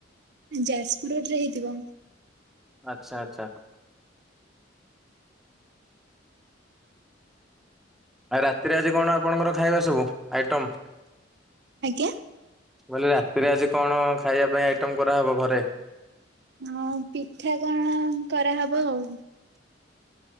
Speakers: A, on the right (about 60°); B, in the centre.
A: ଯାଜପୁର ରୋଡ ରେ ହେଇଥିବ।
B: ଆଚ୍ଛା ଆଚ୍ଛା। ଆଉ ରାତିରେ ଆଜି କଣ ଆପଣଙ୍କର ଖାଇବା ସବୁ ଆଇଟମ୍?
A: ଆଜ୍ଞା।
B: ମୁଁ କହିଲି ରାତିରେ ଆଜି କଣ ଖାଇବା ପାଇଁ ଆଇଟମ୍ କରାହେବ ଘରେ?
A: ହଁ ପିଠା କଣ କରାହବ ଆଉ।